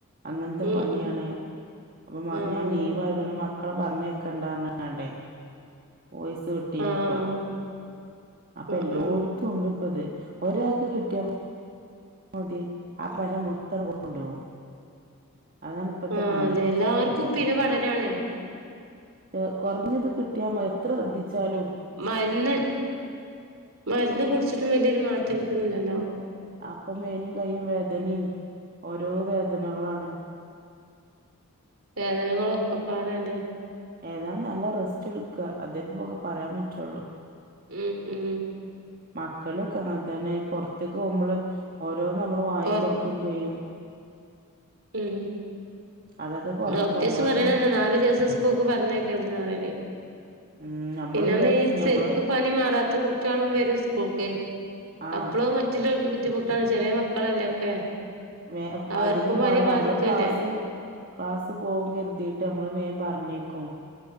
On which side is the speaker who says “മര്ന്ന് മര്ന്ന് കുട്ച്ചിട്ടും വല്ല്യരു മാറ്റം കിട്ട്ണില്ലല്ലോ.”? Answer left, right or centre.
Right